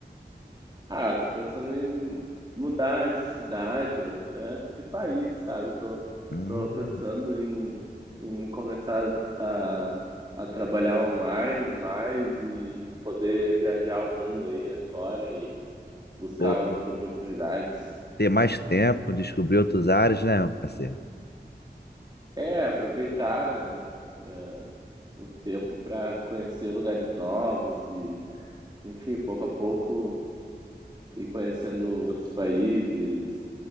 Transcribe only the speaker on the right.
Ah, eu tô pensando em mudar de cidade ou até de país, sabe? Eu tô,
tô pensando em, em começar a, a trabalhar online mais e poder viajar o mundo aí afora e buscar
outras oportunidades.
É, aproveitar eh, eh, o tempo para conhecer lugares novos e, enfim, pouco a pouco ir conhecendo outros países.